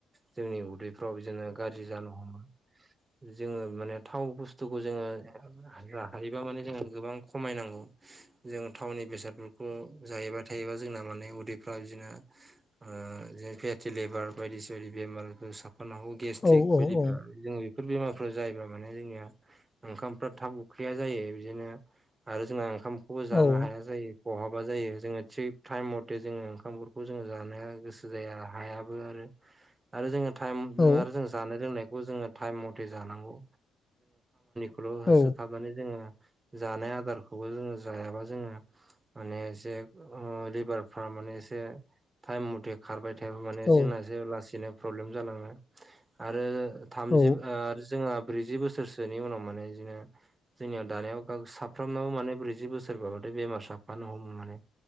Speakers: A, on the right; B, on the left.
A: जोंनि उदै फाव जोङो गाज्रि जानो हमा जोङो माने थाव बुस्थुखौ जोङो हा हायोबा माने जों गोबां खमायनांगौ जों थावनि बेसाद खौ जायोबा थायोबा जोंना माने उदैफ्रा बिदिनो आ जे फेथि लेभार बायदिसिदि बेमारबो साफान ह गेस्ट्रिक
B: औ औ
A: बायदिफ्रा
B: औ
A: जों बेफोर बेमारफोराव जायोब्ला माने जोंनिया ओंखामफ्रा थाब उखैया जायो बिदिनो आरो जोंना ओंखामखौबो जानो
B: औ
A: हाया जायो बहाबा जायो जोङो थिग टाइम मथे जोङो ओंखामफोरखौ जोङो जानो गोसो जाया हायाबो आरो <inaudible> आरो जोङो टाइम
B: औ
A: जानाय लोंनायखौबो टाइम मथे जानांगौ बेल'
B: औ
A: होसोथाबनानै जोङो जानाय आदारखौबो जोङो जायाबा जोङो माने एसे लिभार फार माने एसे टाइम मथे खारबाय थायाबा माने
B: औ
A: जोंना जो लासैनो प्रब्लेम जालाङो आरो थामजि
B: औ
A: जोंहा ब्रैजि बोसोरसोनि उनाव माने बिदिङो जोंनियाव दानायाव साब सफ्रामनावो माने ब्रैजि बोसोरबाथाय बेमार साबफानो हमो माने